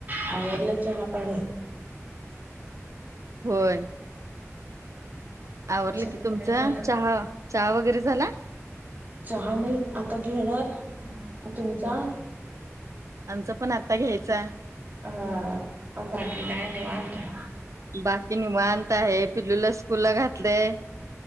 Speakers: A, on the right (about 35°); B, on the right (about 75°).
A: हलां चहा पाणी पहिले
B: होयं आवरलं
A: चहा
B: की तुमचं
A: पाणी झालं
B: चहा चहा वगैरें झालां
A: चहा नाहीं आंता घेणारं तुमचां
B: आमचं पणं आंता घ्यांयचा
A: हां बाकी कायं नाहीं निवांत
B: बाकी निवांत आहे, पिल्लूंला स्कूंलला घातलंय.